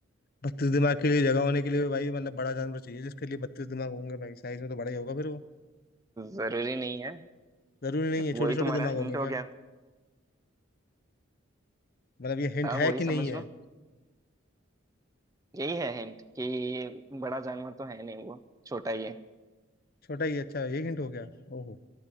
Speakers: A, on the left; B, on the right.
A: बत्तीस दिमाग के लिए जगह होने के लिए भाई मतलब बड़ा जानवर चाहिए जिसके लिए बत्तीस दिमाग होंगे भाई साइज में तो बड़ा ही होगा फिर वो
B: जरूरी नहीं है
A: जरूरी नहीं है
B: वही
A: छोटे छोटे
B: तुम्हारा
A: दिमाग
B: हिंट
A: होंगे
B: हो
A: क्या
B: गया
A: मतलब ये हिंट
B: हाँ
A: है
B: वही
A: कि
B: समझ
A: नहीं है
B: लो यही है हिंट कि बड़ा जानवर तो है नहीं वो छोटा ही है
A: छोटा ही अच्छा ये हिंट हो गया ओहो